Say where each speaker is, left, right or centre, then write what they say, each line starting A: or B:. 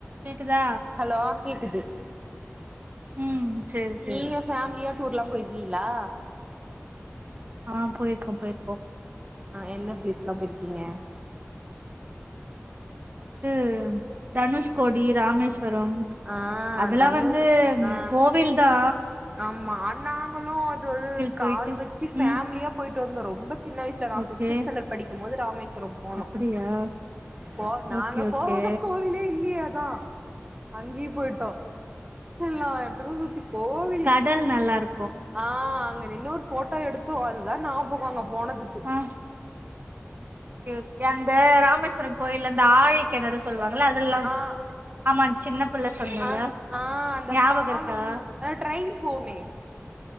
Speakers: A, on the right; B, on the right.
A: கேக்குதா
B: ஹலோ கேக்குது
A: ம் சேரி சேரி
B: நீங்க ஃபேமிலியா டூர்லா போயிருக்கீங்களா
A: ஆ போயிர்க்கோ போயிர்க்கோ
B: என்ன ப்ளேஸ்லா போயிருக்கீங்க
A: தூ தனுஷ் கொடி ராமேஸ்வரம்
B: ஆ
A: அதெல்லா
B: தனு
A: வந்து
B: ஆ
A: கோவில்தா
B: ஆமா அ நாங்களு அது ஒரு
A: போயிட்டு
B: காரு வெச்சி ஃபேமிலியா
A: ம்
B: போயிட்டு வந்தோ ரொம்ப சின்ன வயசல நா
A: ஓகே
B: ஃபிப்த்து ஸ்டாண்டட் படிக்கும் போது ராமேஸ்வரம் போனு
A: அப்டியா
B: ப்போ நாங்க
A: ஓகே ஓகே
B: போவாத கோவிலே இல்லியே அதா அங்கியு போய்ட்டோ எல்லா எடத்துக்கு சுத்தி கோவில்
A: த நல்லா இருக்
B: ஆ அங்க நின்னொர் ஃபோட்டோ எடுத்தோ அதுதா நாபகோ அங்க போனதுக்
A: ஆ ஓகே ஓகே அந்த ராமேஸ்வரன் கோயில் அந்த ஆழி கெணறு சொல்லுவாங்களா அதெல்லா
B: ஆ
A: ஆமா சின்ன பிள்ள சொன்னல்ல
B: அந் ஆ அந்த
A: ஞாபக
B: பாலம்
A: இருக்கா
B: அ ட்ரெயின் போமே